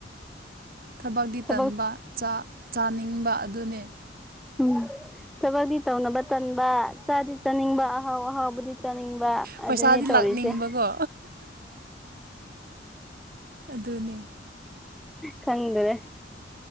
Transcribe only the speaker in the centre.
ꯊꯕꯛ
ꯎꯝ ꯊꯕꯛꯇꯛꯇꯤ ꯇꯧꯅꯕ ꯇꯟꯕ ꯆꯥꯗꯤ ꯆꯥꯅꯤꯡꯕ ꯑꯍꯥꯎ ꯑꯍꯥꯎꯕꯨꯗꯤ ꯆꯥꯅꯤꯡꯕ
ꯑꯗꯨꯅꯤ ꯇꯧꯔꯤꯁꯦ
ꯑ
ꯈꯪꯗꯔꯦ